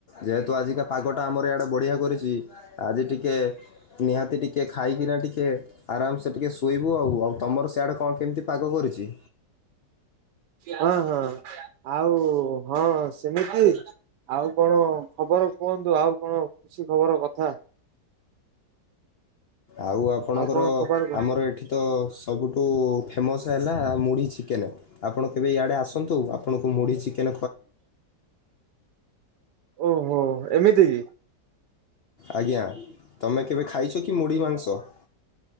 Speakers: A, on the left; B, on the right.
A: ଯେହେତୁ ଆଜିକା ପାଗଟା ଆମର ଆଡ଼େ ବଢ଼ିଆ କରିଛି। ଆଜି ଟିକେ ନିହାତି ଟିକେ ଖାଇକିନା ଟିକେ ଆରାମସେ ଟିକେ ଶୋଇବୁ ଆଉ ଆଉ ତମର ସିଆଡେ କଣ କେମିତି ପାଗ କରିଛି?
B: ହଁ ହଁ ଆଉ ହଁ ସେମିତି। ଆଉ କଣ ଖବର କୁହନ୍ତୁ ଆଉ କଣ ଖୁସି ଖବର କଥା।
A: ଆଉ ଆପଣଙ୍କର
B: କଣ ଖବର କୁହ
A: ଆମର ଏଠି। ତ ସବୁଠୁ ଫେମସ୍ ହେଲା ମୁଢ଼ି ଚିକେନ। ଆପଣ କେବେ ଇଆଡେ ଆସନ୍ତୁ ଆପଣଙ୍କୁ ମୁଢି ଚିକେନ
B: ଓହୋ ଏମିତି କି?
A: ଆଜ୍ଞା ତମେ କେବେ ଖାଇଛ କି ମୁଢ଼ି ମାଂସ ମାସ?